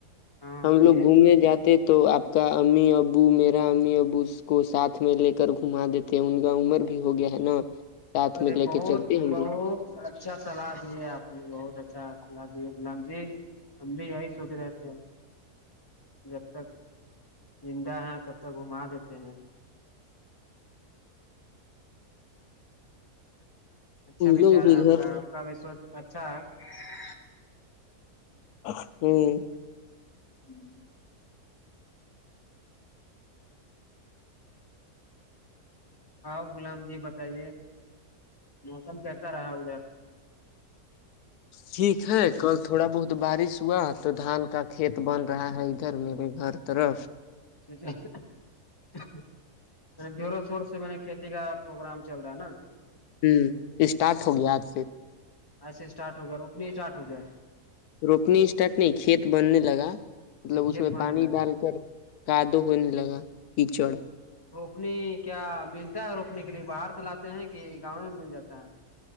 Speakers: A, on the left; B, on the left.
A: ہاں
B: ہم
A: بولیے
B: لوگ گھومنے جاتے تو آپ کا امی ابو میرا امی ابو اس کو سھ میں لے کر گھما دیتے ان کا عمر ہو گیا ہے نا ساتھ
A: ارے
B: میں لے
A: بہت
B: کے چلتے ہوں
A: بہت
B: گے
A: اچھا سلاح دی ہے آپ نے بہت اچھا سلاح دی ہے غلام جی ہم بھی یہی سوچ رہے تھے جب تک زندہ ہے تب تک گھما دیتے ہیں اچھا
B: ان
A: وچار
B: لوگ بھی
A: ہے آپ
B: گھر
A: کا آپ کا بھی سوچ اچھا ہے <unintelligible>
B: ہوں <unintelligible>
A: ہوں <unintelligible> آپ غلام جی بتائیے موسم کیسا رہا ادھر
B: ٹھیک ہے کل تھوڑا بہت بارش ہوا تو دھان کا کھیت بن رہا ہے ادھر میرے گھر طرف <unintelligible>
A: <unintelligible> ٹیک ہے دورو سور سے میں نے کھیتی کا پروگرام چل رہا ہے نا
B: ہوں اسٹارٹ ہو گیا آج سے
A: ایسے اسٹارٹ ہو گیا روپنی اسٹارٹ ہو گیا
B: روپنی اسٹارٹ نہیں کھیت بننے لگا مطلب
A: اچھا کھیت
B: اس میں
A: بننے
B: پانی
A: لگا
B: ڈال کر کاادو ہونے لگا کیچڑ
A: اپنی کیا ملتا ہے روکنے کے لیے باہر تولاتے ہیں کہ گاؤں میں مل جاتا ہے